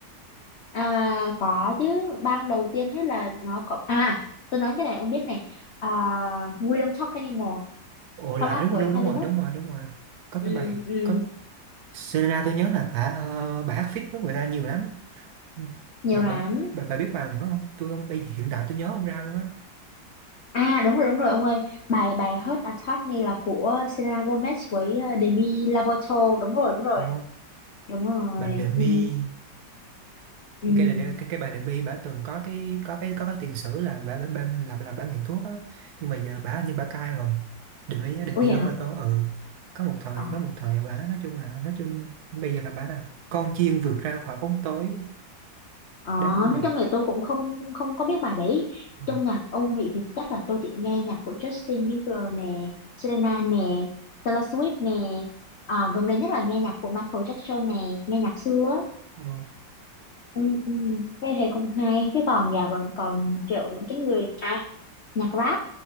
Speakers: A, on the left (about 45°); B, on the right (about 60°).
A: À, có chứ ban đầu tiên hết là nó có à tôi nói cái này ông biết này à, We Don't Talk Anymore
B: ồ
A: collab
B: là à, đúng rồi
A: với
B: đúng,
A: Charlie
B: đúng rồi
A: Puth
B: đúng rồi đúng rồi có
A: ừ,
B: cái bài
A: ừ.
B: có Selena tôi nhớ là bà ờ, bà hát feat với người ta nhiều lắm Ừ.
A: nhiều
B: bà
A: lắm
B: bà bà, bà biết bài nữa không tôi không bây hiện tại tôi nhớ không ra luôn á
A: à đúng rồi đúng rồi ông ơi bài bài Hurt Attorney là của Selena Gomez với ờ, Demi Lovato đúng rồi đúng rồi
B: Ồ,
A: đúng rồi
B: bà Demi
A: ừ ừ
B: cái đợt- cái cái bà Đệm My bà từng có cái có cái có cái tiền sử là bà, bà, bà là là bà nghiện thuốc á nhưng mà giờ bà hình như bà cai rồi Đệm My á, Đệm
A: ủa
B: My
A: vậy
B: Lovato
A: hả
B: ừ có một thời
A: ờ
B: có một thời bà nói chung là nói chung bây giờ là bà là con chiên vượt ra khỏi bóng tối
A: ờ
B: đáng ngưỡng
A: nói
B: mộ
A: chung là tôi cũng không không có biết bài đấy
B: ừ.
A: trong nhạc Âu Mỹ thì chắc là tôi chỉ nghe nhạc của Justin Bieber nè Selena nè Taylor Swift nè à, gần đây nhất là nghe nhạc của Michael Jackson nè nghe nhạc xưa á.
B: Ờ,
A: ừ ừ thế thì cũng hay chứ còn giờ còn còn kiểu những cái người à nhạc rap